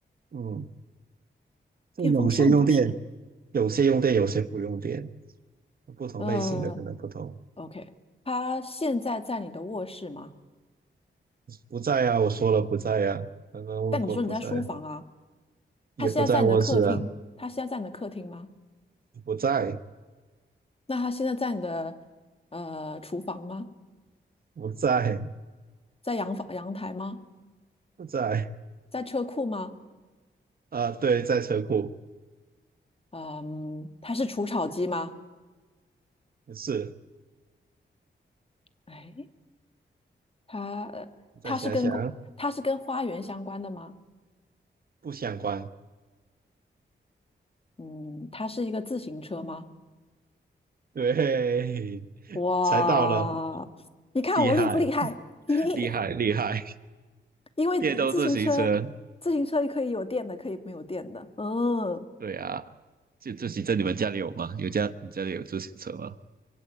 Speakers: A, on the right (about 50°); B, on the left (about 30°).
A: 嗯，就有些用电，
B: 电风扇不是？
A: 有些用电，有些不用电，不同类型的可能不同。
B: 呃，OK，它现在在你的卧室吗？
A: 不在啊，我说了不在啊，刚刚问过不在，
B: 但你说你在书房啊，
A: 也不在卧室啊，
B: 它现在在你的客厅，它现在在你的客厅吗？
A: 不在
B: 那它现在在你的呃厨房吗？
A: 不在。
B: 在阳房阳台吗？
A: 在
B: 在车库吗？
A: 啊、对，在车库
B: 嗯，它是除草机吗？
A: 是，
B: 哎，它呃它是跟他它是跟花园相关的吗？
A: 再想想不相关，
B: 嗯，它是一个自行车吗？
A: 对，<laughs>
B: 哇，
A: 才到了，
B: 你看我厉不厉害？
A: 厉害，
B: <laughs>
A: 厉害，厉害，
B: 因为自行车，
A: 电动自行车，
B: 自行车可以有电的，可以没有电的。嗯，
A: 对啊，就自行车你们家里有吗？有家你家里有自行车吗？